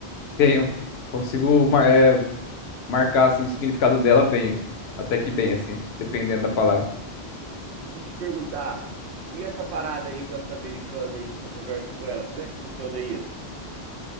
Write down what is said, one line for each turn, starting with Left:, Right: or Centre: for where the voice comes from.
Left: Tenho. Consigo mar- é, marcar assim, o significado dela bem. Até que bem, assim, dependendo
Right: Hum.
Left: da palavra.
Right: Deixa eu te perguntar, e essa parada aí com essa americana aí que você conversa com ela, como é que funciona isso?